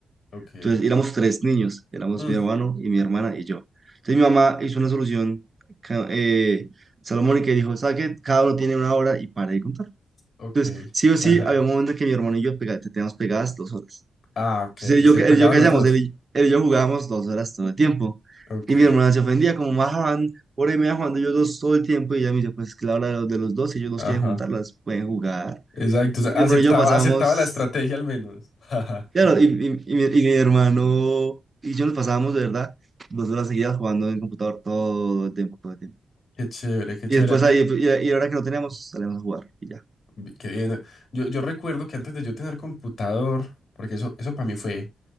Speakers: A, on the left; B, on the right.
A: Ok.
B: Entonces éramos tres niños, éramos
A: Mm,
B: mi hermano y mi hermana y yo. Entonces mi mamá hizo una solución ca- eh, Salomón y que dijo, ¿sabes qué? Cada uno tiene una hora y para de contar.
A: ok.
B: Entonces, sí
A: <laughs>
B: o sí, había un momento que mi hermano y yo pega- te teníamos pegadas dos horas.
A: Ah, ok.
B: Entonces, él
A: Y
B: y yo,
A: se
B: él
A: pegaban
B: y yo ¿qué
A: los
B: hacíamos?
A: dos.
B: Él y, él y yo jugábamos dos horas todo el tiempo.
A: Ok.
B: Y mi hermana se ofendía, como bajaban, por ahí me iban jugando yo dos todo el tiempo. Y ella me dice, pues es que la hora de los, de los dos, si ellos dos
A: Ajá.
B: quieren juntarlas, pueden jugar.
A: Exacto. o sea,
B: Y
A: aceptaba,
B: mi hermano y yo pasábamos,
A: aceptaba la estrategia al menos. <laughs>
B: claro, y, y, y mi, y mi hermano y yo nos pasábamos, de verdad, dos horas seguidas jugando en computador todo el tiempo, todo el tiempo.
A: Qué chévere, qué chévere.
B: Y después ahí,
A: Men,
B: y, y ahora que no teníamos, salíamos a jugar y ya.
A: vi- Qué bien. Yo, yo recuerdo que antes de yo tener computador, porque eso, eso para mí fue.